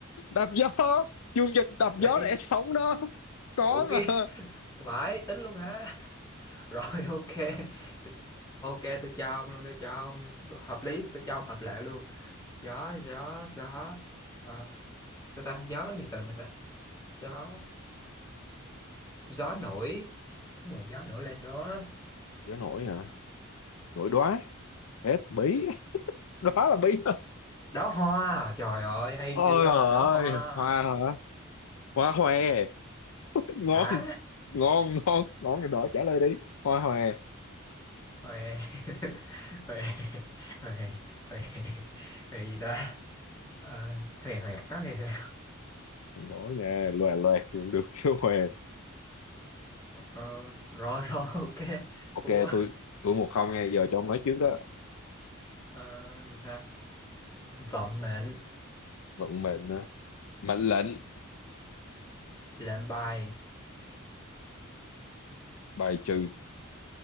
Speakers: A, on the left; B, on the left.
A: đạp gió chương trình đạp
B: là
A: gió
B: cái
A: lẽ sống đó có
B: ủa cái <laughs>
A: mà
B: vãi tính luôn hả <laughs> rồi ok Tôi- ok tôi cho ông luôn tôi cho ông hợp lý tôi cho ông hợp lệ luôn gió gió gió ờ, sao ta gió có nhiều từ mà ta gió gió nổi mùi gió nổi lên đó
A: gió nổi hả nổi đóa hết bí đó là bí
B: đóa hoa trời ơi hay
A: ôi
B: chưa
A: trời ơi
B: đóa hoa
A: hoa hả hoa hòe <laughs> ngon
B: hả
A: ngon ngon ngon rồi đó trả lời đi hoa hòe
B: huề <laughs> huề huề huề huề <laughs> gì ta Ờ, huề huề có huề huề
A: ngỏ nhà loè loẹt chuyện được chứ hòe
B: ờ, rồi rồi <laughs> ok
A: ok
B: thua
A: tôi tôi một không nghe giờ cho ông nói trước đó
B: ờ, gì ta vận mệnh
A: vận mệnh hả? mệnh lệnh
B: lệnh bài
A: bài trừ